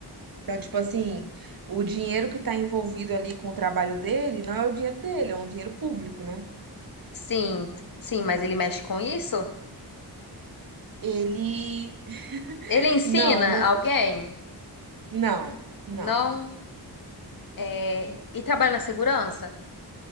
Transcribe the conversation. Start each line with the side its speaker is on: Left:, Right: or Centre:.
Right: Então, tipo assim, o dinheiro que está envolvido ali com o trabalho dele não é o dinheiro dele, é um dinheiro público, né?
Left: Sim, t- sim, mas ele mexe com isso?
Right: Ele.
Left: Ele ensina
Right: Não, não,
Left: alguém?
Right: não, não,
Left: Não. É, e trabalha na segurança?